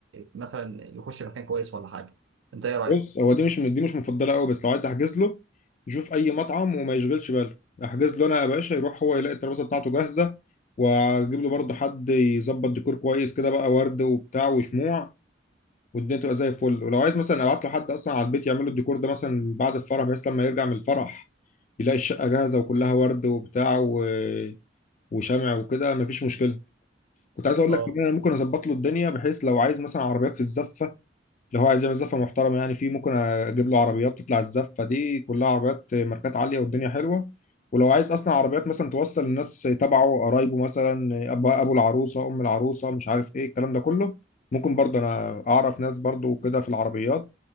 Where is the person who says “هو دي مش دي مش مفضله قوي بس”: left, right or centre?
Left